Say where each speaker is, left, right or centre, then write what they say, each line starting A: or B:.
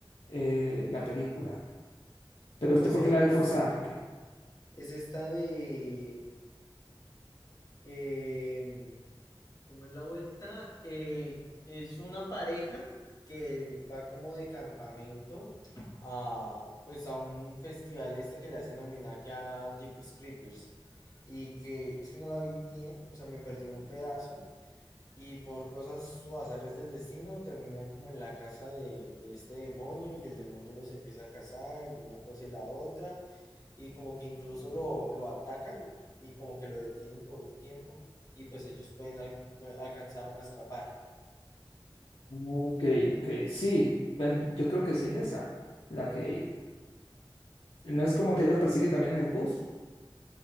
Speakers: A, on the left; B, on the left.
A: eh, la película. Pero
B: Pues,
A: usted,
B: No sé,
A: ¿por qué la ve
B: es,
A: forzada? ¿Por qué?
B: es esta de... em, ¿Cómo es la vuelta? Eh, es una pareja que va como de campamento a, pues a un festival este que le hacen homenaje a Jeepers Creepers y que es que no la vi bien, o sea, me perdí un pedazo, y por cosas o azares del destino, terminan como en la casa de, de este demonio y el demonio los empieza a cazar y una cosa y la otra. Y como que incluso lo, lo atacan y como que lo detienen por un tiempo y pues ellos pueden al- alcanzaron a escapar.
A: Ok, ok, sí. Bueno, yo creo que sí es esa, la que... ¿No es como que él los persigue también en el bus?